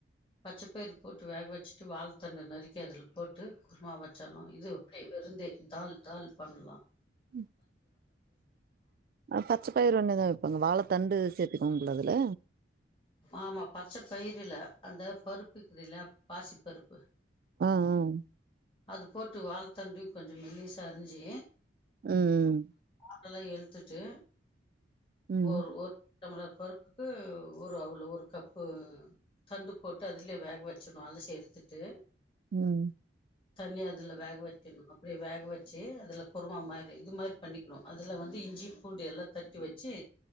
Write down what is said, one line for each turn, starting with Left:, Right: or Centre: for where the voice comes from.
Left: பச்சபயிறு போட் டு வேக வெச்சுட்டு வாழத்தண்ட நறுக்கி அதுல போட்டு குருமா வைச்ச்ட்லா இது ஓகே வெறு இந்த இந்த தால் தால் பண்லா
Right: ம் பச்ச பயிறு ஒன்னுதா இப்ப இங்க வாழ தண்டு சேத் புடிக்கோங்குலா அதுல
Left: ஆமா பச்ச பயிறுல அந்த பருப்பு இருகுதுல பாசி பருப்பு
Right: ம்
Left: அது போட்டு வாழ் தண்டையு கொஞ்சொ மெல்லீசா அரிஞ்சி
Right: ம்
Left: அதுலா எடுத்துட்டு
Right: ம்
Left: ஒரு ஒரு டம்ளர் பருப்புக்கு ஒரு அவுளு ஒரு கப்பு தண்டு போட்டு அதுலே வேக வெச்சணு அலசி எடுத்துட்டு
Right: ம்
Left: தனியா அதுல வேக வெக்கணு அப்டியே வேக வெச்சு அதுல குருமா மாரி இது மாரி பண்ணிக் கிணு அதுல வந்து இஞ்சி பூண்டு எல்லா தட்டி வெச்சி